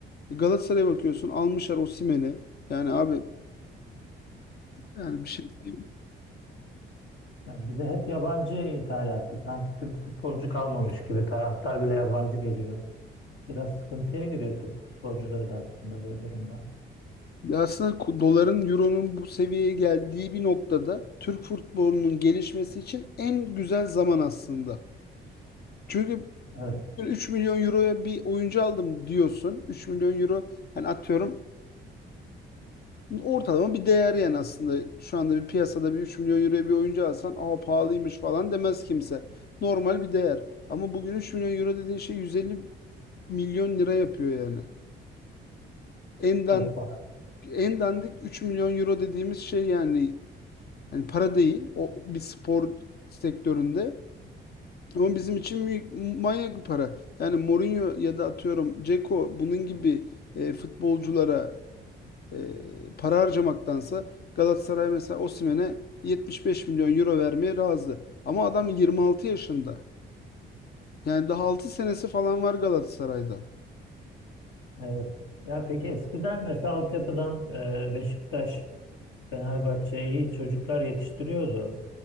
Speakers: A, on the left (about 55°); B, on the left (about 70°).
A: Galatasaray'a bakıyorsun almışlar Osimhen'i. Yani abi yani bir şey değil.
B: Ya bir de hep yabancı ithalatı. Sanki Türk futbolcu kalmamış gibi taraftar bile yabancı geliyor. Biraz sıkıntıya giriyor Türk futbolcuları da aslında böyle durumda.
A: Ya aslında ku- doların, euronun bu seviyeye geldiği bir noktada Türk futbolunun gelişmesi için en güzel zaman aslında. Çünkü
B: Evet.
A: 3 milyon euroya bir oyuncu aldım diyorsun. 3 milyon euro hani atıyorum eee, ortalama bir değer yani aslında. Şu anda bir piyasada bir 3 milyon euroya bir oyuncu alsan aa pahalıymış falan demez kimse. Normal bir değer. Ama bugün 3 milyon euro dediğin şey 150 milyon lira yapıyor yani. En dandik,
B: Çok fazla.
A: en dandik 3 milyon euro dediğimiz şey yani yani para değil. O bir spor sektöründe. Ama bizim için büyük, manyak bir para. Yani Mourinho ya da atıyorum Dzeko bunun gibi e, futbolculara e, para harcamaktansa Galatasaray mesela Osimhen'e 75 milyon euro vermeye razı. Ama adam 26 yaşında. Yani daha 6 senesi falan var Galatasaray'da.
B: Evet. Ya peki eskiden mesela altyapıdan e, Beşiktaş, Fenerbahçe iyi çocuklar yetiştiriyordu.